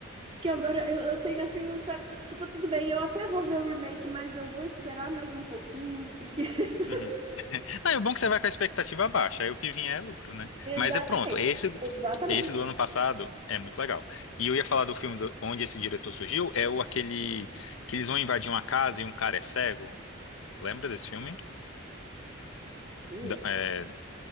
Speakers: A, on the right; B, on the left.
A: que agora eu, eu tenho assim um certo. Tipo, tudo bem, eu até vou ver o remake, mas eu vou esperar mais um pouquinho, porque. <laughs>
B: Uhum. Não, e o bom é que você vai com a expectativa baixa, aí o que vier é lucro, né?
A: Exatamente,
B: Mas é pronto, esse,
A: exatamente.
B: esse do ano passado é muito legal. E eu ia falar do filme do- onde esse diretor surgiu, é o aquele que eles vão invadir uma casa e um cara é cego. Lembra desse filme?
A: Putz,
B: Da- é,